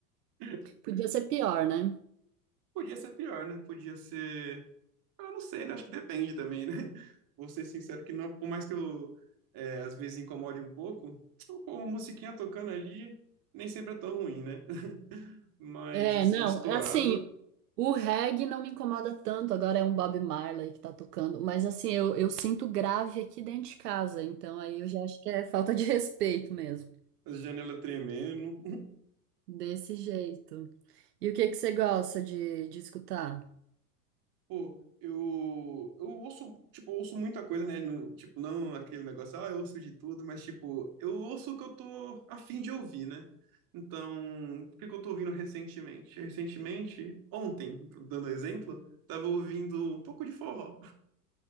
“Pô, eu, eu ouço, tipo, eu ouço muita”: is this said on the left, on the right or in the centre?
Right